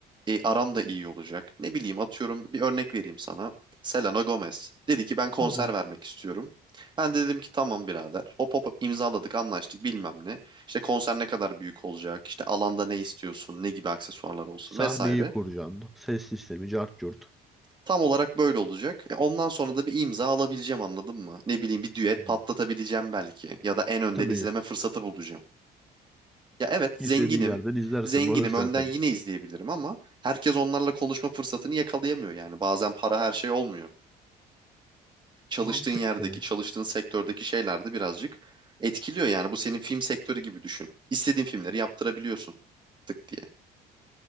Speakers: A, on the right (about 25°); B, in the centre.
A: e, aram da iyi olacak. Ne bileyim atıyorum bir örnek vereyim sana. Selena Gomez dedi ki ben konser
B: Tamam.
A: vermek istiyorum. Ben de dedim ki tamam birader. Hop hop hop imzaladık anlaştık bilmem ne. İşte konser ne kadar büyük olacak, işte alanda ne istiyorsun, ne gibi aksesuarlar olsun
B: Sahneyi
A: vesaire.
B: kuracaksın. Ses sistemi, cart curt.
A: Tam olarak böyle olacak. E, ondan sonra da bir imza alabileceğim anladın mı? Ne bileyim bir düet
B: Hı.
A: patlatabileceğim belki ya da en önden
B: Tabii
A: izleme fırsatı bulacağım. Ya evet
B: istediğin
A: zenginim,
B: yerden izlersin
A: zenginim
B: Moruk zaten.
A: önden yine izleyebilirim ama herkes onlarla konuşma fırsatını yakalayamıyor yani. Bazen para her şey olmuyor. Çalıştığın
B: Mantıklı.
A: yerdeki, çalıştığın sektördeki şeyler de birazcık etkiliyor yani. Bu senin film sektörü gibi düşün. İstediğin filmleri yaptırabiliyorsun tık diye.